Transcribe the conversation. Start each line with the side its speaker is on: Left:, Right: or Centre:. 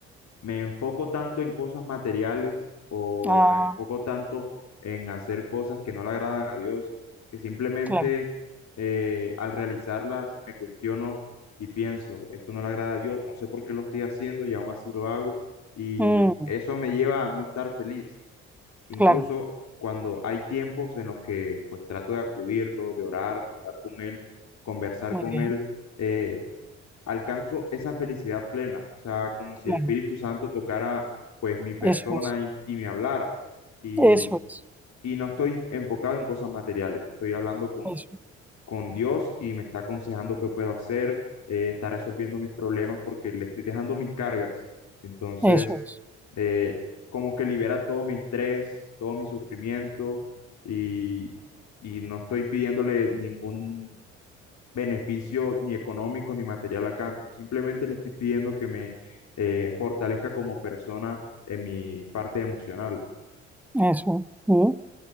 Left: me enfoco tanto en cosas materiales o
Centre: Ah,
Left: me enfoco tanto en hacer cosas que no le agradan a Dios, que simplemente
Centre: claro,
Left: eh, al realizarlas me cuestiono y pienso, esto no le agrada a Dios, no sé por qué lo estoy haciendo y aún así lo hago, y
Centre: Mm,
Left: eso me lleva a no estar feliz. Incluso
Centre: claro,
Left: cuando hay tiempos en los que pues trato de acudirlo, de orar, hablar con él, conversar
Centre: muy
Left: con
Centre: bien,
Left: él, eh, alcanzo esa felicidad plena, o sea, como si
Centre: claro.
Left: el Espíritu Santo tocara pues mi persona
Centre: Eso es,
Left: y, y me hablara. Y,
Centre: eso es,
Left: y no estoy enfocado en cosas materiales, estoy hablando con
Centre: eso,
Left: con Dios y me está aconsejando qué puedo hacer, eh, está resolviendo mis problemas porque le estoy dejando mis cargas. Entonces,
Centre: eso es,
Left: eh, como que libera todo mi estrés, todo mi sufrimiento y, y no estoy pidiéndole ningún beneficio ni económico ni material a cambio. Simplemente le estoy pidiendo que me eh, fortalezca como persona en mi parte emocional,
Centre: eso. Mm.